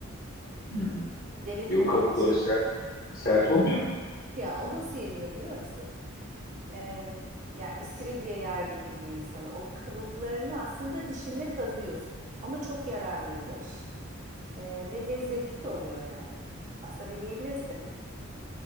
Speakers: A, on the left (about 45°); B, on the right (about 40°).
A: Hı.
B: Denedin
A: E, o kabukları
B: mi hiç?
A: ser- sert olmuyor mu?
B: <laughs> Ya o nasıl yeniyor biliyor musun? Ee, ya istiridye yer gibi diyeyim sana. O kabuklarını aslında dişinle kazıyorsun. Ama çok yararlıymış. Ee, ve lezzetli de oluyor yani. Aslında deneyebilirsin.